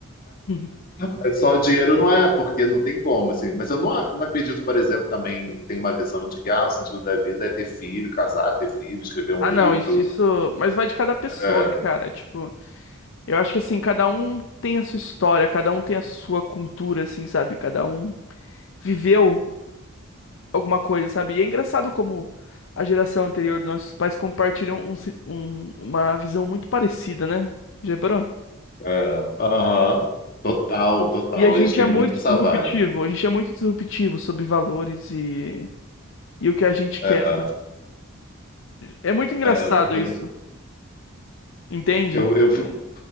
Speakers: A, on the left (about 65°); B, on the left (about 45°).
A: <laughs>
B: Mas Só o dinheiro não é, porque não tem como, assim. Mas eu não, a- não acredito, por exemplo, também tem uma visão de que ah, o sentido da vida é ter filho, casar, ter filho, escrever um
A: Ah,
B: livro.
A: não, isso, isso. Mas vai de cada pessoa,
B: É,
A: né, cara? Tipo. Eu acho que assim, cada um tem a sua história, cada um tem a sua cultura, assim, sabe? Cada um viveu alguma coisa, sabe? E é engraçado como a geração anterior dos nossos pais compartilham um se- um- uma visão muito parecida, né? Já reparou?
B: é, aham. Total, total.
A: E a gente
B: Eles têm
A: é muito
B: muito essa
A: disruptivo,
B: vibe.
A: a gente é muito disruptivo sobre valores e, e o que a gente
B: É,
A: quer. É muito engraçado
B: é, eu também.
A: isso, entende?
B: Eu, eu fico-